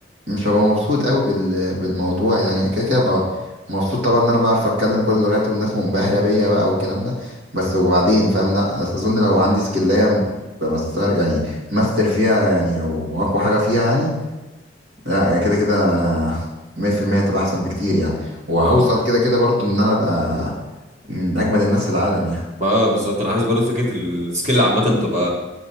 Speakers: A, on the right; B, on the right.
A: مش هبقى مبسوط قوي بال... بالموضوع يعني كده كده هبقى مبسوط طبعا ان انا بعرف اتكلم كل اللغات والناس منبهره بيا بقى والكلام ده بس وبعدين فاهم لا أس- اظن لو عندي سكلايه بمستر يعني ماستر فيها يعني واقوى حاجه فيها يعني لا كده كده 100% هتبقى احسن بكتير يعني وهوصل كده كده برضو ان انا ابقى من اجمد الناس في العالم يعني
B: ما اه بالظبط انا عايز برضه فكره السكيل عامه تبقى